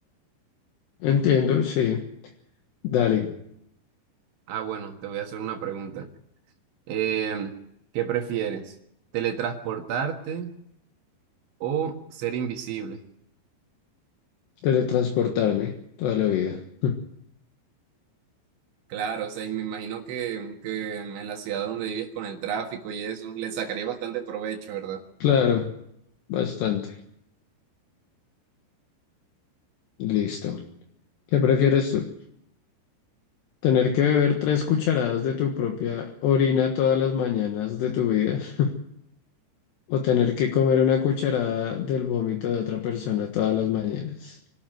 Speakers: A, on the left; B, on the right.
A: entiendo, sí. Dale,
B: Ah, bueno, te voy a hacer una pregunta. Em, ¿qué prefieres? ¿Teletransportarte? o ser invisible.
A: teletransportarme toda la vida. <laughs>
B: Claro, o sea, y me imagino que, que en la ciudad donde vives con el tráfico y eso, le sacaría bastante provecho, ¿verdad?
A: Claro, bastante. Listo. ¿Qué prefieres tú? Tener que beber tres cucharadas de tu propia orina todas las mañanas de tu vida. <laughs> O tener que comer una cucharada del vómito de otra persona todas las mañanas.